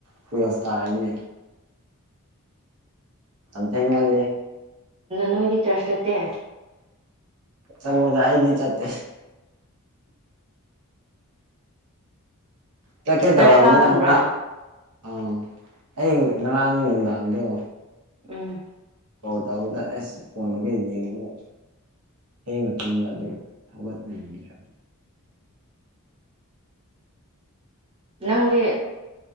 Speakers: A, on the right; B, on the right.
A: ꯀꯁ ꯇꯥꯔꯅꯦ ꯑꯝ ꯊꯉ ꯂꯩꯦ
B: ꯅꯣꯏ ꯂꯤ ꯆꯔꯁꯠꯇꯦ
A: ꯆꯪꯗꯏꯗꯤ ꯆꯦ ꯆꯠꯀꯦ ꯇꯧꯔꯅꯤꯅ
B: ꯆꯔꯆ ꯀꯥꯒꯟꯕ꯭ꯔꯥ
A: ꯉꯔꯥꯡ ꯑꯥ ꯑꯩ ꯉꯔꯥꯡ ꯅꯨꯡꯗꯥꯡꯗꯣ
B: ꯎꯝ
A: ꯍ ꯇꯗ ꯑꯁ ꯐꯣꯟꯣꯟꯒ ꯌꯦꯡꯉꯒ ꯊ ꯊ
B: ꯅꯪꯒꯤ